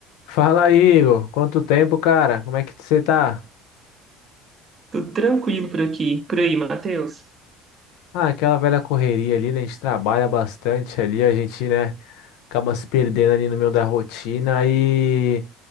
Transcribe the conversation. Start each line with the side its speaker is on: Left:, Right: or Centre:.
Left: Fala, Igor. Quanto tempo, cara? Como é que você tá?
Right: Tudo tranquilo por aqui. Por aí, Matheus.
Left: Ah, aquela velha correria ali, né? A gente trabalha bastante ali, a gente, né, acaba se perdendo ali no meio da rotina e,